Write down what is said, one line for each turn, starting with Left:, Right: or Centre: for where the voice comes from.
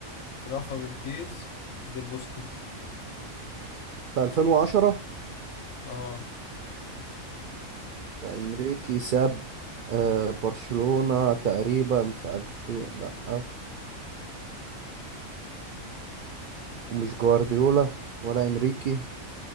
Left: رافا بنتيز ديل بوسكي
Right: في 2010
Left: اه
Right: انريكي ساب آه برشلونة تقريبا في 2000 لا آه ومش جوارديولا ولا انريكي